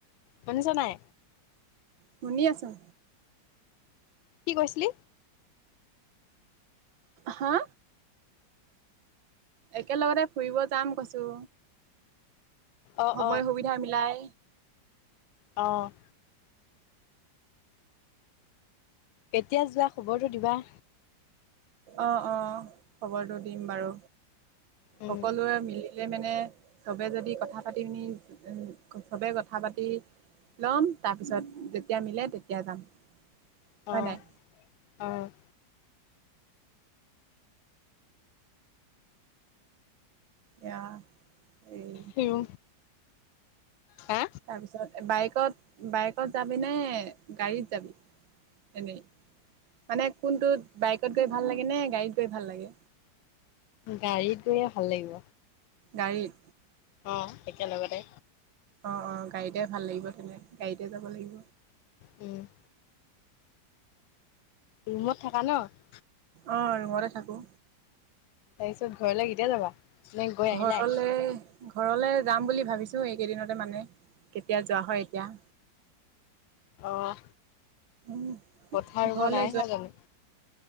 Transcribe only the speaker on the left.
শুনিছন নাই?
কি কৈছিলি?
অ',
অ',
অ'। কেতিয়া যোৱা, খবৰটো দিবা।
উম,
অ',
অ'।
নিউ, হা?
গাড়ীত গৈয়ে ভাল লাগিব।
অ', একে লগতে।
উম। ৰুমত থকা ন'?
তাৰ পিছত, ঘৰলৈ কেতিয়া যাবা? নে গৈ আহিলাই
অহ।
পথাৰ ৰুব
নাই হোৱা জানোঁ?